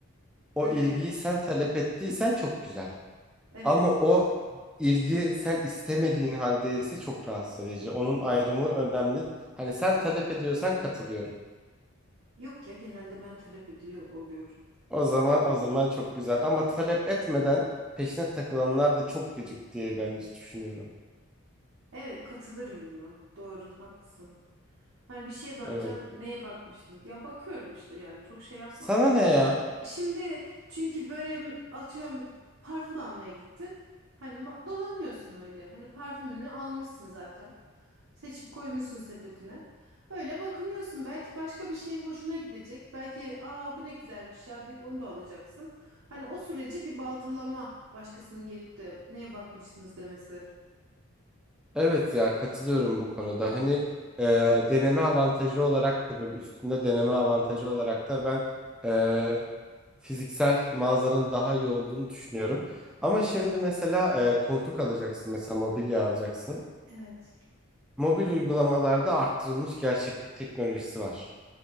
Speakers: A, in the centre; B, on the right (about 75°).
A: O
B: Böyle
A: ilgiyi sen talep ettiysen çok güzel.
B: evet.
A: Ama o ilgi sen istemediğin halde ise çok rahatsız edici. Onun ayrımı önemli. Hani sen talep ediyorsan katılıyorum.
B: Yok ya genelde ben talep ediyor oluyorum.
A: O zaman o zaman çok güzel. Ama talep etmeden peşine takılanlar da çok gıcık diye bence düşünüyorum.
B: Evet katılırım buna. Doğru haklısın. Hani bir şeye bakacaksın
A: Evet.
B: neye bakmıştınız? Ya bakıyorum işte yani çok şey yapma.
A: Sana ne ya?
B: Şimdi çünkü böyle atıyorum parfüm almaya gittin. Hani ma- dolanıyorsun öyle. Hani parfümünü almışsın zaten. Seçip koymuşsun sepetine. Öyle bakınıyorsun. Belki başka bir şey hoşuna gidecek. Belki aa bu ne güzelmiş ya deyip onu da alacaksın. Hani o süreci bir baltalama başkasının gelip de neye bakmıştınız demesi.
A: Evet ya katılıyorum bu konuda. Hani e, deneme avantajı olarak da böyle üstünde deneme avantajı olarak da ben e, fiziksel mağazanın daha iyi olduğunu düşünüyorum. Ama şimdi mesela e, koltuk alacaksın mesela mobilya alacaksın.
B: Evet.
A: Mobil uygulamalarda arttırılmış gerçeklik teknolojisi var.